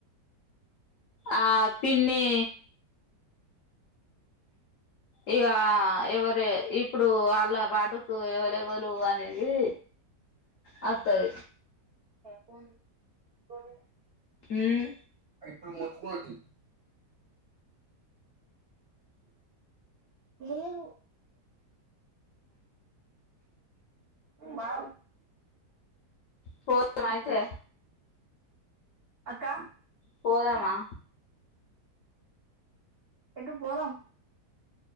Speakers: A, on the left (about 70°); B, on the right (about 85°).
A: ఆ పిన్ని ఇగా ఎవరు ఇప్పుడు అలా వాడుకు ఇవలేవలు అనేది వస్తుది
B: ప కొన్ని
A: ఉమ్
B: ఇప్పుడు మొత్తుకున్నడు చూడు లేదు బా
A: పోదామాయితే
B: అక్క
A: పోదమా
B: ఎటు పోదాం